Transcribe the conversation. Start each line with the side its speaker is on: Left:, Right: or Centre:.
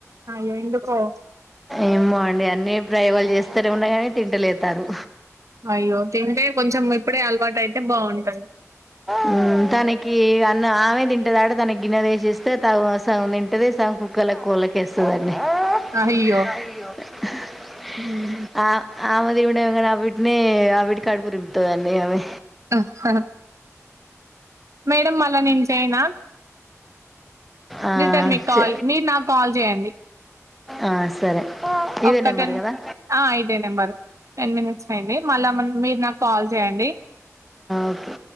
Right: అయ్యో ఎందుకో
Centre: ఏమో అండి అన్ని ప్రయోగాలు చేస్తానే ఉన్నా గానీ తింటలేదు తను
Right: అయ్యో తింటే కొంచెం ఇప్పుడే అలవాటు అయితే బాగుంటది
Centre: హు తనకి ఆమె తింటదాట తన గిన్నె వేసిస్తే సగం తింటది సగం కుక్కలకి కోళ్ళ కి వేస్తది అండి ఆమె <unintelligible>
Right: అయ్యో హ్మ్.
Centre: బిడ్డనే వాటికి కడుపు నింపుతాది అండి అమె
Right: ఆహా మేడం మకి ఇంగ నేను చేయనా
Centre: ఆ
Right: రిటర్న్ మీకు కాల్
Centre: చె
Right: మీరు నాకు కాల్ చేయండి
Centre: ఆ సరే ఇదే
Right: ఒక్క
Centre: నెంబరు
Right: టెన్
Centre: కదా
Right: ఆ ఇదే నెంబరు టెన్ మినిట్స్ అయింది మళ్ళా మీరు నాకు కాల్ చేయండి
Centre: ఓకే